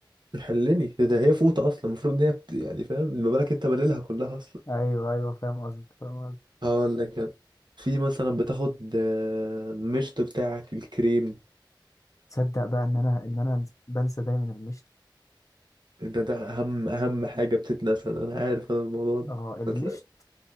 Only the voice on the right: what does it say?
حلني ده هي فوطة اصلا المفروض ان هي بت... يعني فاهم المبالغ انت باللها كلها
هقول لك أنا. في مثلا بتاخد آه، المشط بتاعك الكريم
ده ده اهم اهم حاجه بتتنسى ده انا عارف انا الموضوع ده
هتلاقي-